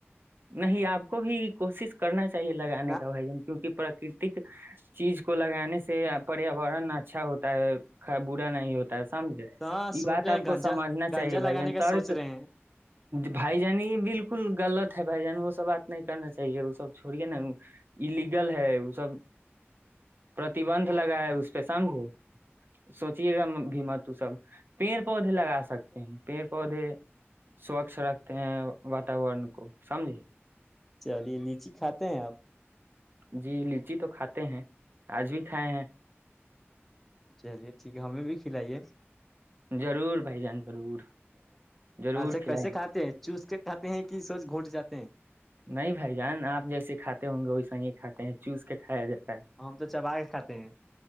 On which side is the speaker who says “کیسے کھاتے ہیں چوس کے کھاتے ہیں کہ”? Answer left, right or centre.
Centre